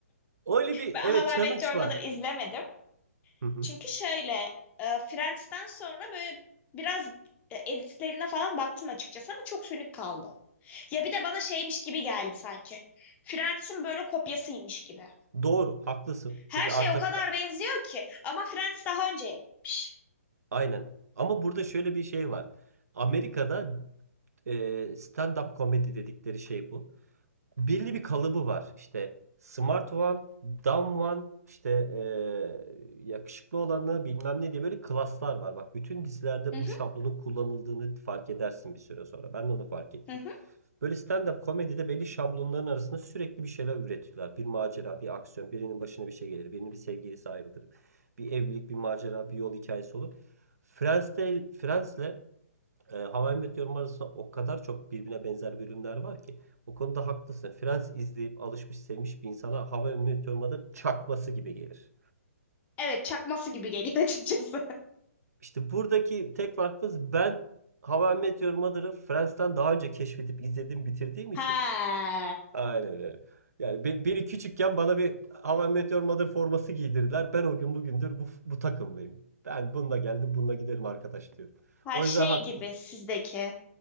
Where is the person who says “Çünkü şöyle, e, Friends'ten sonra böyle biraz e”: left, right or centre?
Left